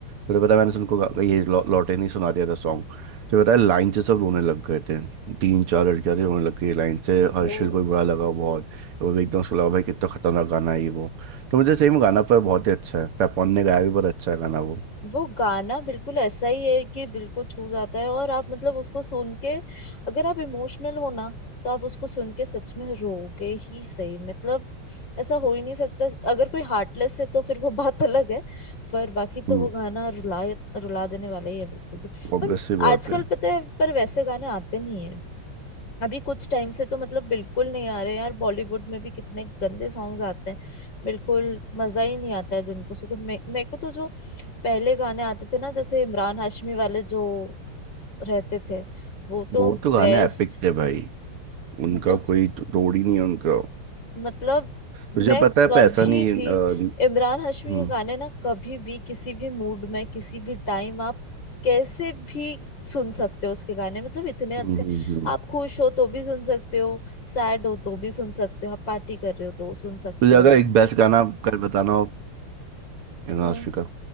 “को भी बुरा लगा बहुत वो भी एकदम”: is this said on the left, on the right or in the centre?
Right